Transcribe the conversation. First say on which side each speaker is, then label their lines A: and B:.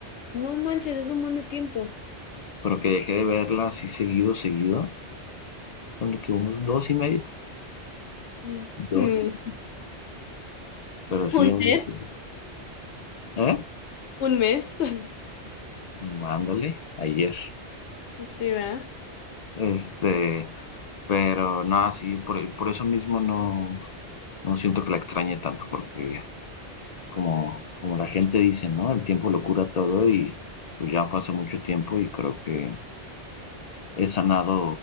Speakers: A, on the left; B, on the left.
A: No manches, es un buen de tiempo.
B: Pero que dejé de verla así seguido, seguido, con que unos dos y medio,
A: Mm.
B: dos,
A: <laughs>
B: pero sí,
A: Mm. Un
B: unos,
A: mes.
B: sí. ¿eh?
A: Un mes. <laughs>
B: Mm, Ándale, ayer.
A: Sí, ¿verdad?
B: Este, pero no, sí, por, por eso mismo no, no siento que la extrañe tanto, porque pues como, como la gente dice, ¿no? El tiempo lo cura todo y pues ya fue hace mucho tiempo y creo que he sanado